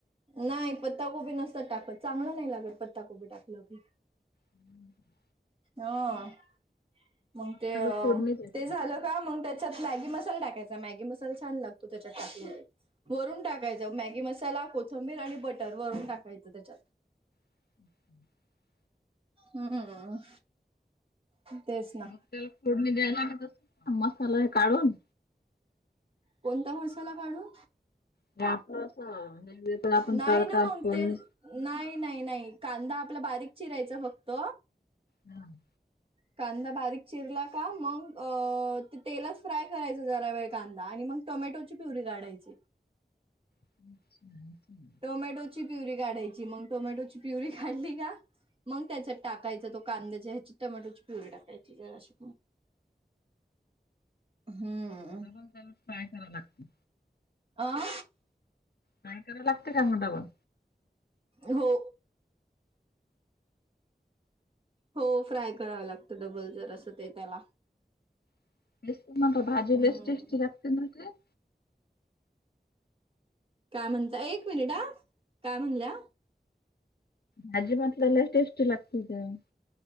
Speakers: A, on the right; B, on the left.
A: नाही पत्ताकोबी नसत टाकत, चांगलं नाही लागत पत्ताकोबी टाकलं की.
B: हम्म.
A: आं... मग ते
B: त्याला
A: अं.
B: फोडणी द्यायची.
A: ते झालं. का मग त्याच्यात मॅगी मसाल टाकायचा, मॅगी मसाल छान लागतो त्याच्यात टाकले. वरून टाकायचं, मॅगी मसाला कोथंबीर आणि बटर वरून टाकायचं त्याच्यात.
B: <inaudible>
A: अ हम्म. तेच. ना
B: मग त्याला फोडणी द्यायला लागतं, मसाला हे काढून.
A: कोणता मसाला काढू.
B: <unintelligible> आपण
A: नाही
B: तडका
A: ना मग
B: फोडणी.
A: ते नाही नाही नाही, कांदा आपला बारीक चिरायचा फक्त.
B: हं..
A: कांदा बारीक चिरला का मग अं.. तेलाच फ्राय करायच जरा वेळ कांदा आणि मग. टोमॅटोची प्युरी काढायची.
B: <unintelligible>
A: टोमॅटोची प्युरी काढायची मग, टोमॅटोची प्युरी काढली कां. मग त्याचा टाकायचा तो, कांद्याची ह्या टोमॅटोची प्युरी टाकायची जराशी. हम्म
B: डब्बल त्याला फ्राय करावं लागतं.
A: आं.
B: नाही कराला लागते का मोठा पण.
A: हो. हो डबल फ्राय करावं लागतो, डब्बल जरासं ते त्याला.
B: <unintelligible> भाजी
A: हम्म
B: बेस्ट टेस्टी लागते म्हणते.
A: काय म्हणता, एक मिनिट हां काय म्हणल्या?
B: भाजी मधल्या ला टेस्ट लागत तं.